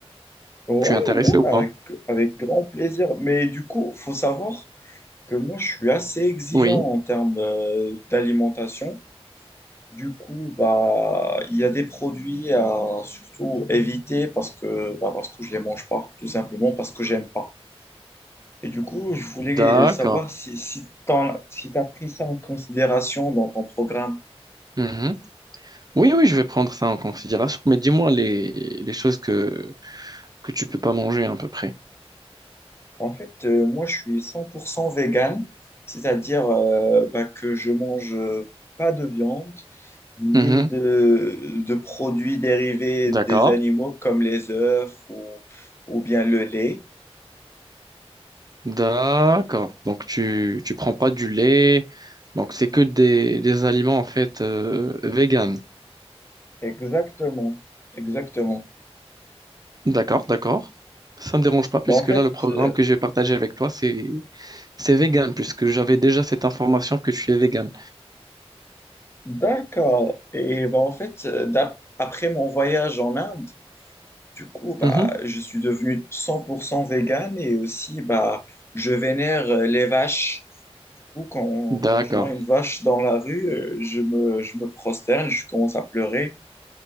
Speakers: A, on the left (about 25°); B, on the right (about 35°).
A: Ouais,
B: Tu es intéressé
A: ouais,
B: ou
A: avec,
B: pas?
A: avec grand plaisir. Mais du coup, faut savoir que moi, je suis assez exigeant
B: Oui,
A: en termes euh, d'alimentation. Du coup, bah, il y a des produits à surtout éviter parce que, bah, parce que je les mange pas, tout simplement parce que j'aime pas. Et du coup, je voulais
B: d'accord.
A: savoir si, si t'en- si t'as pris ça en considération dans ton programme.
B: Mhm. Oui, oui, je vais prendre ça en considération, mais dis-moi les, les choses que, que tu peux pas manger à peu près.
A: En fait, euh, moi, je suis 100% vegan, c'est-à-dire euh, bah, que je mange euh, pas de viande ni
B: Mhm.
A: de, de produits dérivés des
B: D'accord.
A: animaux comme les œufs ou, ou bien le lait.
B: D'accord. Donc tu tu prends pas du lait. Donc c'est que des, des aliments en fait euh, vegan.
A: Exactement, exactement.
B: D'accord, d'accord. Ça me dérange pas puisque
A: Bah, en fait,
B: là le programme
A: euh,
B: que je vais partager avec toi c'est c'est vegan puisque j'avais déjà cette information que tu es vegan.
A: d'accord. Et bah, en fait, euh, d'ap- après mon voyage en Inde, Du coup, bah,
B: Mhm.
A: je suis devenu 100% vegan et aussi, bah, je vénère euh, les vaches. Du coup, quand,
B: D'accord.
A: quand je vois une vache dans la rue, euh, je me, je me prosterne, je commence à pleurer.